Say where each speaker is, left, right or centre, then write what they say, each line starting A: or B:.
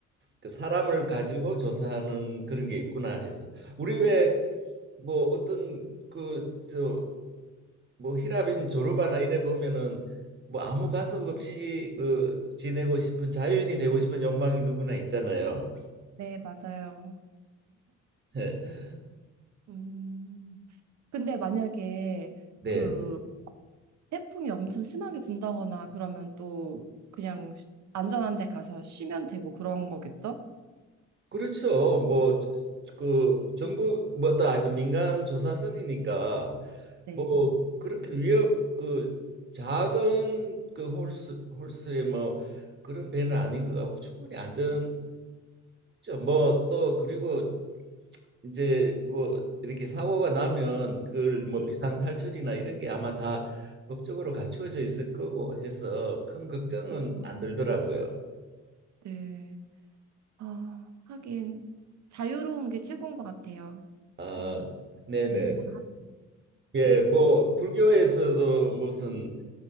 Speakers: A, on the right; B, on the right.
A: 그 사람을 가지고 조사하는 그런 게 있구나 해서 우리 왜 뭐 어떤 그 저 뭐 히라빈 조르바나 이래 보면은 뭐 아무 간섭 없이 그 지내고 싶은 자유인이 되고 싶은 욕망이 누구나 있잖아요.
B: 네, 맞아요.
A: <laughs>
B: 음, 근데 만약에
A: 네.
B: 그 태풍이 엄청 심하게 분다거나 그러면 또 그냥 쉬- 안전한 데 가서 쉬면 되고 그런 거겠죠?
A: 그렇죠. 뭐 그 정부 뭐 어떤 하여튼 민간 조사선이니까
B: 네,
A: 뭐 그렇게 위협 그 작은 그 홀스 홀스의 뭐 그런 배는 아닌 것 같고 충분히 안전하겠죠. 뭐 또 그리고 이제 뭐 이렇게 사고가 나면 그걸 뭐
B: 네.
A: 비상 탈출이나 이런 게 아마 다 법적으로 갖추어져 있을 거고 해서 큰 걱정은
B: 아,
A: 안 들더라고요.
B: 네. 아, 하긴 자유로운 게 최고인 것 같아요.
A: 아,
B: 음,
A: 네네.
B: 네, 뭐, 하-
A: 예, 뭐 불교에서도 무슨